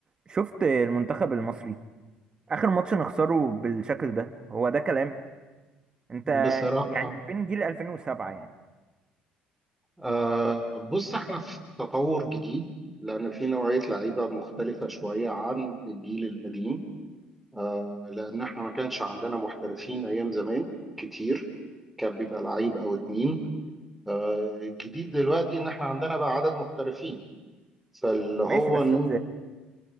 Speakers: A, on the right; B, in the centre.
A: شفت المنتخب المصري اخر ماتش نخسره بالشكل ده هو ده كلام انت
B: بصراحة
A: يعني فين جيل 2007 يعني
B: آه بص احنا في تطور جديد لأن في نوعية لعيبة مختلفة شوية عن الجيل القديم آه لأن احنا ما كانش عندنا محترفين أيام زمان كتير كان بيبقى لعيب أو اتنين آه الجديد دلوقتي إن احنا عندنا بقى عدد محترفين فاللي هو
A: ماشي بس
B: إن انت-